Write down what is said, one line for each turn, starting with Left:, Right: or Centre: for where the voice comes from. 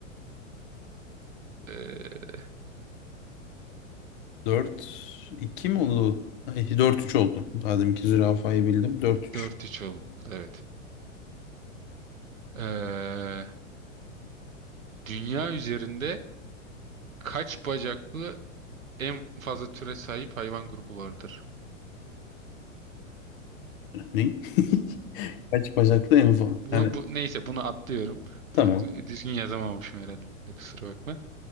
Right: Ee,
Left: 4, 2 mi oldu? Ay, 4 3 oldu. Madem ki zürafayı bildim. Dört üç.
Right: 4-3 oldu. Evet. Ee, dünya üzerinde kaç bacaklı en fazla türe sahip hayvan grubu vardır?
Left: Ne? <laughs> Kaç bacaklı en fazla?
Right: Bu,
Left: Yani
Right: bu, neyse bunu atlıyorum.
Left: tamam.
Right: Bunu düzgün yazamamışım herhalde kusura bakma.